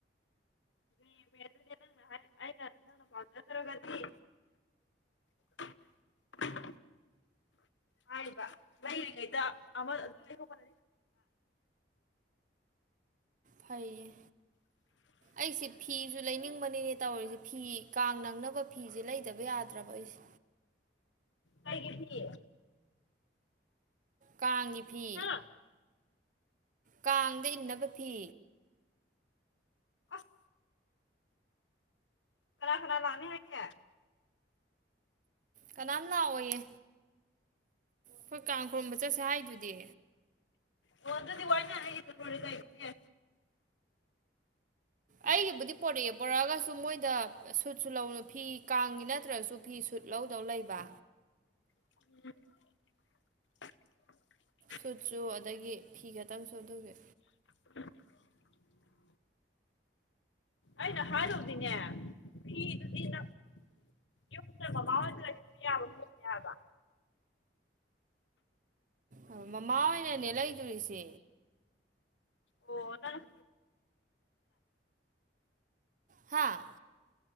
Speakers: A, on the left; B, on the right.
A: ꯂꯦꯝꯃꯦ ꯑꯗꯨꯅꯦ ꯅꯪꯅ ꯍꯥꯏ ꯑꯩꯅ ꯅꯪꯅ ꯄꯥꯝꯖꯗ꯭ꯔꯒꯗꯤ <unintelligible> ꯍꯥꯏꯔꯤꯕ ꯂꯩꯔꯤꯉꯩꯗ ꯑꯃ ꯑꯗꯨ ꯂꯩꯍꯧꯕꯅ
B: ꯐꯩꯌꯦ
A: <inaudible>
B: ꯑꯩꯁꯦ ꯐꯤꯁꯨ ꯂꯩꯅꯤꯡꯕꯅꯤꯅꯦ ꯇꯧꯔꯤꯁꯦ ꯐꯤ ꯀꯥꯡ ꯅꯪꯅꯕ ꯐꯤꯁꯦ ꯂꯩꯗꯕ ꯌꯥꯗ꯭ꯔꯕ ꯑꯩꯁꯦ
A: ꯀꯩꯒꯤ ꯐꯤ
B: ꯀꯥꯡꯒꯤ ꯐꯤ
A: ꯍꯥ
B: ꯀꯥꯡꯗ ꯏꯟꯅꯕ ꯐꯤ
A: ꯑꯁ ꯀꯅꯥ ꯀꯅꯥ ꯂꯥꯛꯅꯤ ꯍꯥꯏꯒꯦ
B: ꯀꯅꯥꯝ ꯂꯥꯛꯑꯣꯏꯌꯦ ꯑꯈꯣꯏ ꯀꯥꯡ ꯈꯨꯔꯨꯝꯕ ꯆꯠꯁꯦ ꯍꯥꯏꯗꯨꯗꯤ
A: ꯑꯣ ꯑꯗꯨꯗꯤ ꯋꯥꯏꯅꯔꯥ ꯏꯜꯂ ꯂꯣꯏꯔꯦ ꯀꯩꯅꯣ ꯑꯦ
B: ꯑꯩꯒꯤꯕꯨꯗꯤ ꯄꯣꯔꯛꯑꯦ ꯄꯣꯔꯛꯑꯒꯁꯨ ꯃꯣꯏꯗ ꯁꯨꯠꯁꯨ ꯂꯧꯅ ꯐꯤ ꯀꯥꯡꯒꯤ ꯅꯠꯇ꯭ꯔꯁꯨ ꯐꯤ ꯁꯨꯠ ꯂꯧꯗꯧ ꯂꯩꯕ
A: <unintelligible>
B: ꯁꯨꯠꯁꯨ ꯑꯗꯒꯤ ꯐꯤ ꯈꯛꯇꯪꯁꯨ ꯑꯗꯨꯒꯤ
A: <unintelligible> ꯑꯩꯅ ꯍꯥꯏꯗꯧꯗꯤꯅꯦ ꯐꯤꯗꯨꯗꯤ ꯅꯪ ꯌꯨꯝꯗ ꯃꯃꯥ ꯍꯣꯏꯗ ꯂꯩꯕ ꯌꯥꯕ ꯄꯣꯠꯅꯦ ꯍꯥꯏꯕ
B: ꯍꯨꯃ ꯃꯃꯥ ꯍꯣꯏ ꯍꯣꯏꯅꯅꯦ ꯂꯩꯗꯣꯔꯤꯁꯦ
A: ꯑꯣ ꯅꯪ
B: ꯍꯥꯥ